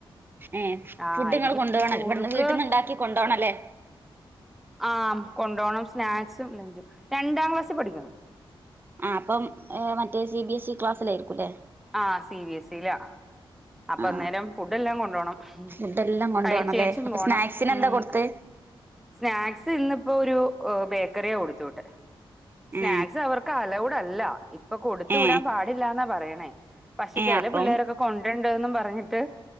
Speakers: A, on the right (about 20°); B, in the centre.
A: ഏഹ്
B: ആ
A: ഫുഡ്
B: ആയിരിക്കും
A: ഇങ്ങള് കൊണ്ടോണോ
B: സ്കൂൾക്ക്
A: ഇവിട്ന്ന് വീട്ട്ന്ന് ഇണ്ടാക്കി കൊണ്ടോണെല്ലേ?
B: ആം കൊണ്ടോണം സ്നാക്സും ലഞ്ചും. രണ്ടാം ക്ലാസ്സി പഠിക്ക്ണ്
A: ആഹ് അപ്പംഏഹ് മറ്റേ സി ബി എസ് ഇ ക്ലാസ്സിലായിരിക്കുല്ലേ?
B: ആഹ് സി ബി എസ് ഇ ലാ അപ്പ
A: ആ
B: അന്നേരം ഫുഡ് എല്ലാം കൊണ്ടോണം. ഉം
A: ഫുഡ് എല്ലാം കൊണ്ടുപോണല്ലേ
B: കഴിച്ച് കഴിച്ച്
A: അപ്പൊ
B: പോണം.
A: സ്നാക്സിന്
B: ഉം
A: എന്താ കൊടുത്ത്
B: ക് സ്നാക്സ് ഇന്നിപ്പോ ഒരു ഓഹ് ബേക്കറിയ കൊട്ത്ത് വിട്ടേ. സ്നാക്സ്
A: ഏ
B: അവർ ക്ക് അലൗഡല്ല ഇപ്പ കൊട്ത്ത്
A: ഏ
B: വിടാപാടില്ലാന്നാ പറയണേ. ച്
A: ഏ
B: ചെല
A: അപ്പം
B: പിള്ളേരൊക്കെ കൊണ്ടര്ണ്ട്ന്നും പർഞ്ഞിട്ട്